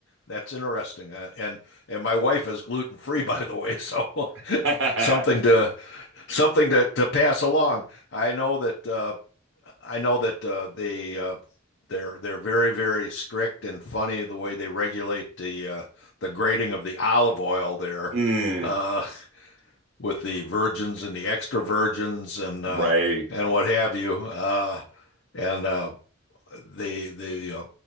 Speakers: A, on the left; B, on the right.
A: That's interesting. Uh, and and my wife is gluten free, <laughs> by the way, so <laughs>
B: <laughs>
A: something to something to, to pass along. I know that uh, I know that uh, they uh, they're they're very very strict and funny the way they regulate the uh, the grading of the olive oil there
B: Mm,
A: uh, with the virgins and the extra virgins and
B: right.
A: uh, and what have you. Uh, and uh, the the uh,